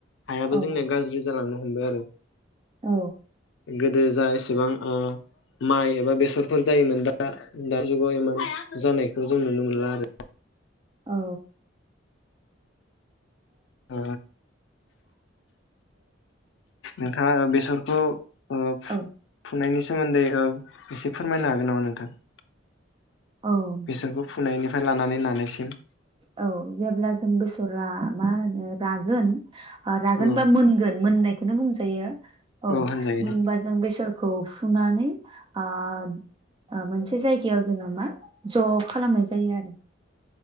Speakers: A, on the left; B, on the right.
A: हायाबो
B: औ
A: जोंनिया गाज्रि जालांनो हमबाय आरो।
B: औ
A: गोदो जा एसेबां ओ माइ एबा बेसरफोर जायोमोन दा दा दा जुगाव एमान जानायखौ जों नुनो मोनला आरो।
B: औ
A: अ नोंथाङा बेसरखौ ओ
B: औ
A: फुनायनि सोमोन्दै औ एसे फोरमायनो हागोन नामा नोंथां?
B: औ
A: बेसरखौ फुनायनिफ्राय लानानै नानायसिम
B: औ जेब्ला जों बेसरा मा होनो रागोन रागोनबा
A: औ
B: मोनगोन मोननायखौनो बुंजायो औ
A: होनजायो
B: मोनबा
A: दे
B: जों बेसरखौ फुनानै ओ ओ मोनसे जायगायाव जोङो मा ज' खालामनाय जायो आरो